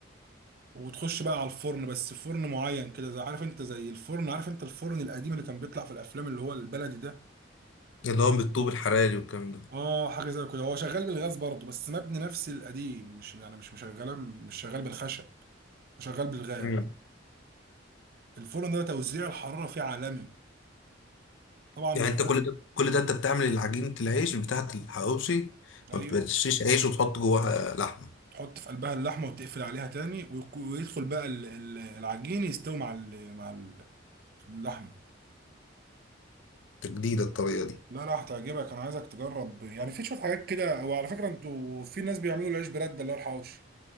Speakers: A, on the right (about 50°); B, on the left (about 80°).
A: وتخش بقى على الفرن بس فرن معين كده زي عارف انت زي الفرن عارف انت الفرن القديم اللي كان بيطلع في الافلام اللي هو البلدي ده
B: اللي هو بالطوب الحراري والكلام ده
A: اه حاجه زي كده هو شغال بالغاز برضو بس مبني نفس القديم مش يعني مش مشغله مش شغال بالخشب شغال بالغاز
B: مم.
A: الفرن ده توزيع الحراره فيه عالمي طبعا
B: يعني
A: بتحط
B: انت كل ده كل ده انت بتعمل عجينة العيش بتاعة الحواوشي
A: ايوه
B: ما بتشيش عيش وتحط جواها لحمة
A: تحط في قلبها اللحمه وتقفل عليها تاني ويك- ويدخل بقى ال- ال- العجين يستوي مع ال- مع ال- اللحمه
B: جديدة الطريقة دي
A: لا لا هتعجبك انا عايزك تجرب يعني في شويه حاجات كده وعلى فكره انتوا في ناس بيعملوا العيش برده اللي هو الحوش